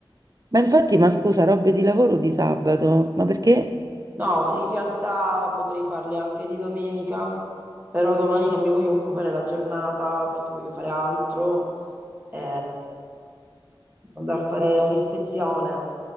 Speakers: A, on the right; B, on the right.
A: Ma infatti, ma scusa, robe di lavoro di sabato, ma perché?
B: no, in realtà potrei farle anche di domenica, però domani non mi voglio occupare la giornata perché voglio fare altro. Eh, andrò a fare un'ispezione,